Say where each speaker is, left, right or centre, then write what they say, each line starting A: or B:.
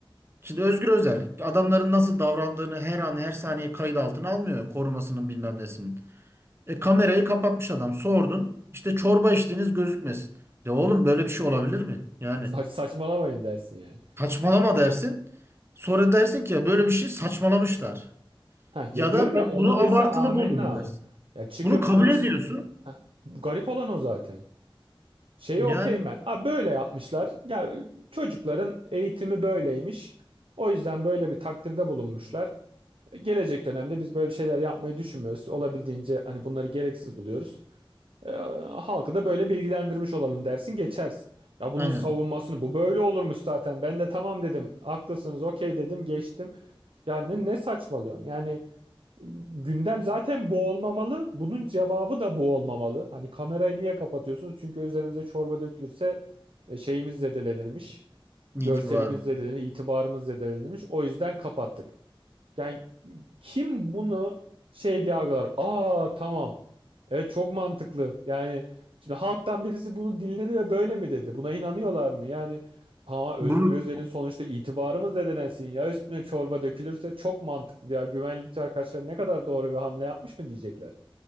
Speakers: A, on the right; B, on the right.
A: Şimdi Özgür Özel adamların nasıl davrandığını her an her saniye kayıt altına almıyor korumasının bilmem nesinin. E, kamerayı kapatmış adam. Sordun. İşte çorba içtiğiniz gözükmesin. De oğlum böyle bir şey olabilir mi? Yani
B: Saç, saçmalamayın dersin yani.
A: saçmalama dersin. Sonra dersin ki "Ya böyle bir şey saçmalamışlar.
B: Ha, ya
A: Ya
B: diyorum
A: da ben
B: ya onu
A: bunu abartılı
B: dese amenna.
A: buldum dersin.
B: Ya çıkıp
A: Bunu kabul
B: bunu
A: ediyorsun.
B: s- ha, garip olan o zaten. Şeye
A: Yani
B: okeyim ben. Ha, böyle yapmışlar. Ya çocukların eğitimi böyleymiş. O yüzden böyle bir takdirde bulunmuşlar. Gelecek dönemde biz böyle şeyler yapmayı düşünmüyoruz. Olabildiğince hani bunları gereksiz buluyoruz. Ee, halkı da böyle bilgilendirmiş olalım dersin geçersin. Ya bunun
A: aynen
B: savunmasını bu böyle olurmuş zaten. Ben de tamam dedim. Haklısınız okey dedim geçtim. Ya ne, ne saçmalıyorsun? Yani Gündem zaten bu olmamalı. Bunun cevabı da bu olmamalı. Hani kamerayı niye kapatıyorsunuz? Çünkü üzerimize çorba dökülürse e, şeyimiz zedelenirmiş. Görselimiz
A: itibarlı.
B: zedelenir, itibarımız zedelenirmiş. O yüzden kapattık. Yani kim bunu şey diye algılar? Aa tamam. Evet çok mantıklı. Yani şimdi halktan birisi bunu dinledi ve böyle mi dedi? Buna inanıyorlar mı? Yani ha Özgür
A: Bunu
B: Özel'in sonuçta itibarı mı zedelensin ya üstüne çorba dökülürse çok mantıklı ya. Güvenlikçi arkadaşlar ne kadar doğru bir hamle yapmış mı diyecekler.